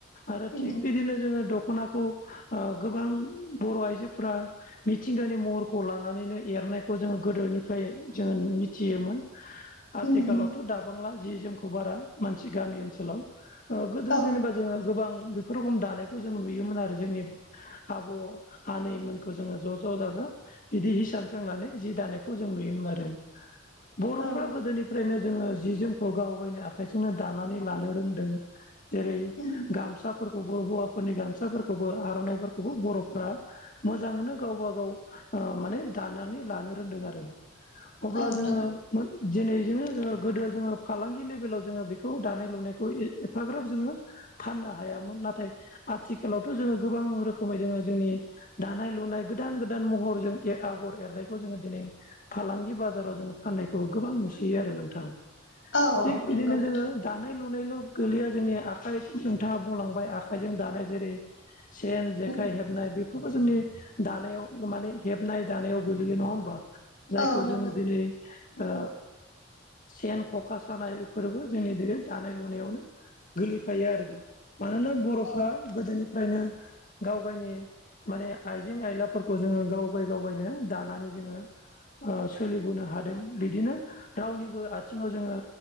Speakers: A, on the left; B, on the left.
A: आरो
B: उम
A: थिग
B: उम
A: बिदिनो जोङो दख'नाखौ ओ गोबां बर' आइजोफ्रा मिथिंगानि महरखौ लानानैनो एरनायखौ जोङो गोदोनिफ्राय जोङो मिथियोमोन।
B: उम
A: आथिखालावथ'
B: उम
A: दाबांला जि जोमखौ बारा मानसि गामि ओनसोलाव। गोदो
B: औ
A: जेनेबा जोङो गोबां बेफोर रोखोम दानाय खौ जों नुयोमोन आरो जोंनि आब' आनैमोनखौ जोङो ज' ज' जाजा बिदि हिसान सोंनानै जि दानायखौ जों नुयोमोन आरो। बर'फ्रा
B: औ
A: गोदोनिफ्रायनो जोङो जि जोमखौ गाव गायनो आखाइजोंनो दानानै लानो रोंदों। जेरै
B: उम
A: गामसाफोरखौबो हौवा फोरनि गामसाफोरखौबो आर'नाइफोरखौबो बर'फोरा मोजांनो गावबा गाव माने दानानै लानो रोंदों आरो। अब्ला
B: औ
A: जोङो।
B: नंगौ
A: दिनै जोङो गोदो जोङो फालांगि लेभेलाव जोङो बेखौ दानाय लुनायखौ ए एफाग्राब जोङो फाननो हायामोन नाथाय आथिखालावथ' जोङो गोबां रोखोमै जोङो जोंनि दानाय लुनाय गोदान गोदान महरजों आगर एरनायखौ जोङो दिनै फालांगि बाजाराव जोङो फाननायखौ गोबां नुसियो आरो नोंथां
B: औ औ
A: थिग
B: नंगौ
A: बिदिनो
B: नोंथां
A: जोङो दानाय लुनायल' गोलैया जोंनि आखाइ नोंथाङा बुंलांबाय आखाइजों दानाय जेरै सेन, जेखाय
B: उम
A: हेब हबनाय बेफोरखौ जोंनि दानायाव माने हेबनाय दानायाव गोलैयो नङा होमबा। जायखौ
B: औ नंगौ
A: जोङो दिनै
B: उम
A: ओ सेन, ख'खा सानाय इफोरबो जोंनि इदिनो दानाय लुनायावनो गोलैफायो आरो मानोना बर'फ्रा
B: औ
A: गोदोनिफ्रायनो गाव गायनि माने आइजें आयलाफोरखौ जोङो गावगाय गावगायनो दानानै जोङो ओ सोलिबोनो हादों। बिदिनो रावनिबो आथिङाव जोङो